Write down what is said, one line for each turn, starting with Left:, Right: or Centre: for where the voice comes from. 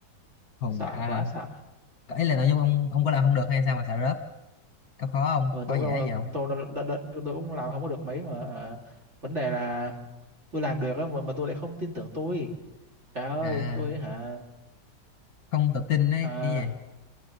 Left: hù
Right: sợ
Left: dạ hả?
Right: quá sợ
Left: ấy là nội dung ông ông có làm không được hay sao mà sợ rớt có khó không
Right: ờ,
Left: có
Right: tôi
Left: dễ
Right: cũng đâu
Left: gì không
Right: tôi, đâu- đ, đ, tôi tôi cũng làm không có được mấy mà hả? vấn đề là tôi làm được á mà mà tôi lại không tin tưởng tôi trời ơi
Left: à
Right: tôi hả
Left: không tự tin đấy
Right: à,
Left: cái gì